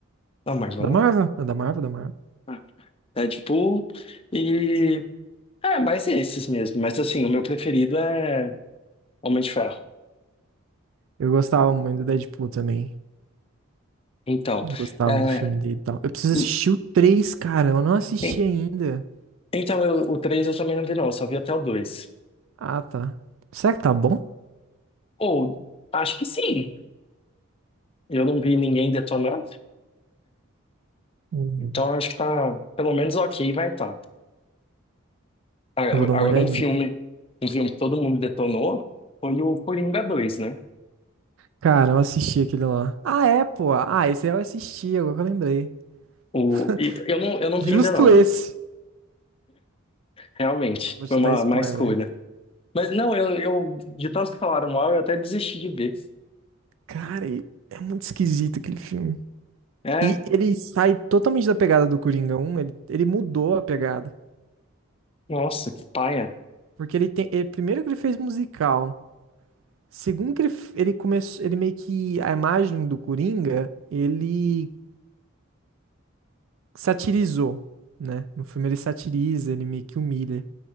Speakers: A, on the left; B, on the right.
A: na Marvel,
B: Da Marvel?
A: né?
B: É da Marvel, da Marvel.
A: Ah, Deadpool e... É, mais esses mesmo. Mas assim, o meu preferido é Homem de Ferro.
B: Eu gostava muito do Deadpool também.
A: Então,
B: Eu gostava
A: é,
B: do filme dele e tal. Eu preciso
A: e-
B: assistir o 3, cara. Eu não assisti
A: e-
B: ainda.
A: então eu- o 3 eu também não vi não, eu só vi até o dois
B: Ah, tá. Será que tá bom?
A: Ou, acho que sim. Eu não vi ninguém detonando,
B: Uhum.
A: então acho que tá pelo menos ok, vai estar. a-
B: Eu vou dar uma
A: Agora,
B: olhadinha.
A: um filme, um filme que todo mundo detonou foi o Coringa dois né?
B: Cara, eu assisti aquele lá. Ah, é, pô. Ah, esse aí eu assisti, agora que eu lembrei.
A: O, e
B: <laughs>
A: eu não, eu não
B: Justo
A: vi ainda não,
B: esse.
A: realmente,
B: Vou te
A: foi uma,
B: dar spoiler.
A: uma escolha. Mas não, eu, eu, de tanto que falaram mal, eu até desisti de ver.
B: Cara, e- é muito esquisito aquele filme.
A: É,
B: E ele sai totalmente da pegada do Coringa 1, ele, ele mudou a pegada.
A: nossa, que paia.
B: Porque ele tem. ele- primeiro que ele fez musical. Segundo que ele, f- ele começou. Ele meio que. A imagem do Coringa, ele satirizou, né? No filme ele satiriza, ele meio que humilha.